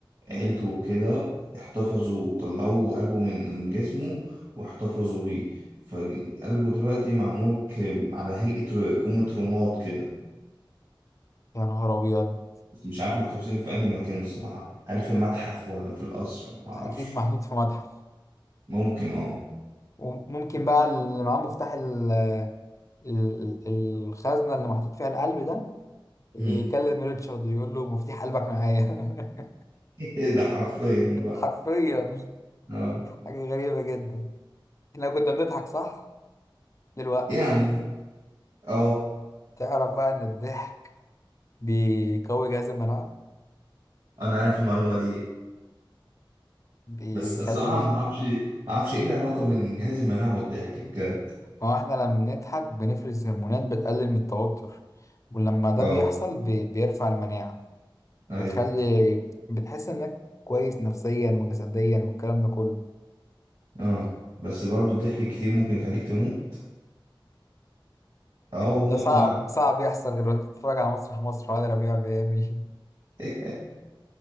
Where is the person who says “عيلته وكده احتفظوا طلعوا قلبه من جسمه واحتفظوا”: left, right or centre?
Right